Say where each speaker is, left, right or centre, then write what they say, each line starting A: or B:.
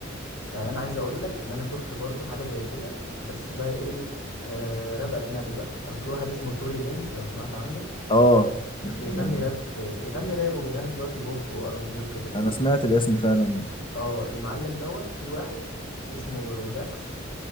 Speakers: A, on the left; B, on the left.
A: يعني انا عايز اقول لك ان انا شفت برضو حاجة زي كده بس بقى ايه آه راب اجنبي بقى كان في واحد اسمه توري لينز لو سمعت عنه
B: اه
A: بيغني
B: يعني
A: راب بيغني راب وبيغني دلوقتي بوب وار ام بي وكده
B: انا سمعت الاسم فعلا
A: اه المعلم دوت في واحد اسمه داكس